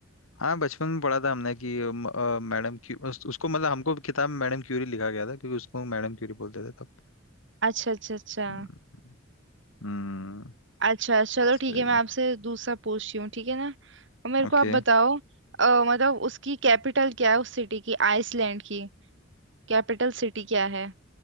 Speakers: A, on the left; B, on the right.
A: हाँ बचपन में पढ़ा था हमने कि अम, अ, मैडम क्यू उस, उसको मतलब हमको किताब में मैडम क्यूरी लिखा गया था क्योंकि उसको मैडम क्यूरी बोलते थे तब
B: अच्छा अच्छा अच्छा
A: हम्म हम्म,
B: अच्छा चलो
A: सही
B: ठीक है मैं आपसे दूसरा पूछती हूँ ठीक है ना और मेरे
A: ओके
B: को आप बताओ अ, मतलब उसकी कैपिटल क्या है उस सिटी की आइसलैंड की कैपिटल सिटी क्या है